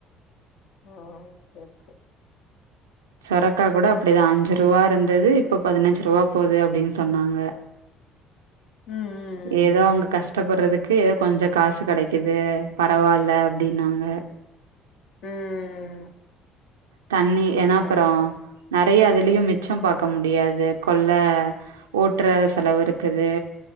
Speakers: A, on the left; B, on the right.
A: ஓ ஓக்கே ஓக்கே
B: சொரக்கா கூட அப்டிதா அஞ்சு ருவா இருந்துது இப்ப பதினஞ்சு ருவா போது அப்டின்னு சொன்னாங்க
A: ம் ம்
B: ஏதோ அவுங்க கஷ் ட்டபட்றதுக்கு ஏதோ கொஞ்ச காசு கெடைக்குது பரவால்ல அப்டின்னாங்க
A: ம் ம் ம்
B: தண்ணி ஏனா அப்பறோ
A: ஓகே
B: ந நெறயா அதுலயு மிச்சோ பாக்க முடியாது கொள்ள ஓட்ற செலவு இருக்குது